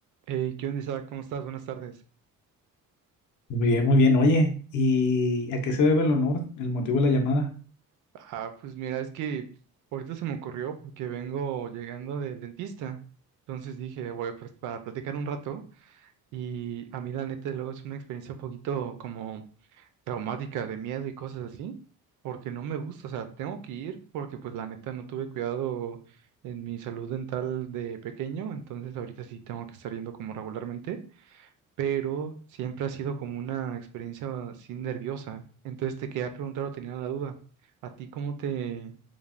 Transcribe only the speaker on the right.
Hey, ¿qué onda, Isaac? ¿Cómo estás? Buenas tardes.
Ah, pues mira, es que ahorita se me ocurrió porque vengo llegando del dentista. Entonces dije, voy a pl- para platicar un rato. Y a mí, la neta, luego es una experiencia un poquito como traumática, de miedo y cosas así, porque no me gusta. O sea, tengo que ir porque, pues, la neta, no tuve cuidado en mi salud dental de pequeño. Entonces, ahorita sí tengo que estar yendo como regularmente. pero siempre ha sido como una experiencia así nerviosa. Entonces te quería preguntar o tenía la duda, ¿a ti cómo te,